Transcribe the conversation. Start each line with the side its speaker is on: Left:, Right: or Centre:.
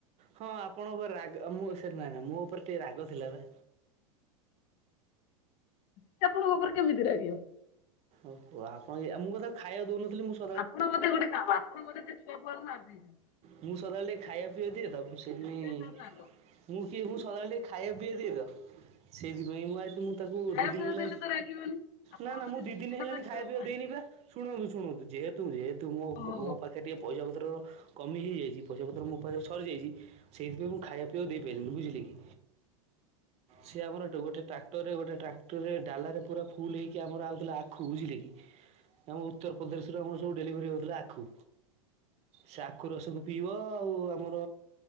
Right: ହଁ ଆପଣଙ୍କ ଉପରେ ରାଗ ଅ ମୋ ସେ ନା ନା ମୋ ଉପରେ ଟିକେ ରାଗ ଥିଲା ବା।
Left: ସେ ଆପଣଙ୍କ ଉପରେ କେମିତି ରାଗିବ?
Right: ଓହୋ ଆପଣ କି ଆ ମୁଁ ବି ତାକୁ ଖାଇବାକୁ ଦୋଉ ନଥିଲି ମୁଁ ସ୍
Left: ଆପଣ ବୋଧେ ଗୋଟେ କାମ ଆପଣ ବୋଧେ ତା ଛୁଆ ଫୁଆକୁ ମାରି ଦେଇଛନ୍ତି।
Right: ମୁଁ ସଦାବେଳେ ଟିକେ ଖାଇବା ପିଇବା ଦିଏ ତ ମୁଁ ସେଇଥି ପଇଁ
Left: ସେଥିପାଇଁ ତାର ରାଗ।
Right: ମୁଁ କିଏ ମୁଁ ସଦାବେଳେ ଟିକେ ଖାଇବା ପିଇବା ଦିଏ ତ ସେଇଥିପାଇଁ ମୁଁ ଆଡୁ ମୁଁ ତାକୁ
Left: ଖାଇବା
Right: ଦି ଦିନ
Left: ପିଇବା
Right: ହେଲା
Left: ଦେଲେ ତ ରାଗିବନି ଆପଣ
Right: ନା ନା
Left: ବୋଧେ
Right: ମୁଁ ଦି
Left: ନିଶ୍ଚିନ୍ତ
Right: ଦିନି ହେଲାଣି
Left: ତା ଛୁଆକୁ
Right: ଖାଇବା ପିଇବାକୁ
Left: ମାରିଛନ୍ତି।
Right: ଦେଇନି ପା। ଶୁଣନ୍ତୁ ଶୁଣନ୍ତୁ ଯେହେତୁ ଯେହେତୁ ମୋ
Left: ଓହୋ
Right: ବ ମୋ ପା ଖେ ଟିକେ ପଇସା ପତ୍ର କମି ହେଇଯାଇଛି ପଇସା ପତ୍ର ମୋ ପାଖରେ ସରିଯାଇଛି। ସେଇଥିପାଇଁ ମୁ ଖାଇବା ପିଇବାକୁ ଦେଇପାରିଲିନି ବୁଝିଲେ କି? ସିଏ ଆମର ଏ ଗୋଟେ ଟ୍ରାକ୍ଟର ରେ ଗୋଟେ ଟ୍ରାକ୍ଟର ଡାଲରେ ପୁରା ଫୁଲ ହେଇକି ଆମର ଆଉଥିଲା ଆଖୁ ବୁଝିଲେ କି ଆମ ଉତ୍ତର ପ୍ରଦେଶ ରରେ ଆମର ସବୁ ଡେଲିଭରି ହଉଥିଲା ଆଖୁ। ସେ ଆଖୁ ରସକୁ ପିଇବ। ଆଉ ଆମର